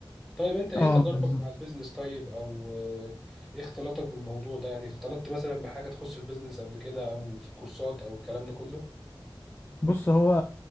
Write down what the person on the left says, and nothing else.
آه،
بالظبط
بص هو